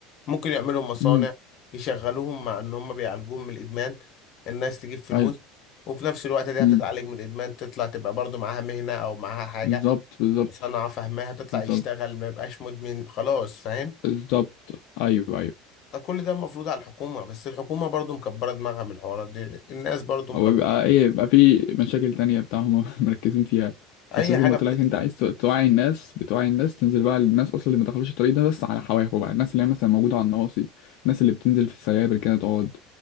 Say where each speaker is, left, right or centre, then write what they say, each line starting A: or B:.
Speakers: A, on the left; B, on the left.
A: ممكن يعملوا مصانع
B: امم
A: يشغلوهم مع ان هم بيعالجوهم من الادمان الناس تجيب فلوس
B: ايوه
A: وفي نفس الوقت دي
B: امم
A: هتتعالج من الادمان تطلع تبقى برضو معاها مهنة او معاها حاجة
B: بالظبط بالظبط
A: صنعة فاهماها تطلع
B: بالظبط
A: يشتغل ما يبقاش مدمن خلاص فاهم
B: بالظبط ايوه ايوه
A: فكل ده المفروض على الحكومة بس الحكومة برضو مكبرة دماغها من الحوارات دي الناس برضو مكبرة
B: هو بيبقى ايه بيبقى في مشاكل تانية بتاعهم <laughs> مركزين فيها
A: اي
B: بس زي
A: حاجة
B: ما قلت
A: بتطلع
B: لك انت عايز توعي الناس بتوعي الناس تنزل بقى للناس اصلا اللي ما دخلوش الطريق ده بس على حواف بقى الناس اللي هي مثلا موجوده على النواصي الناس اللي بتنزل في السيابر كده تقعد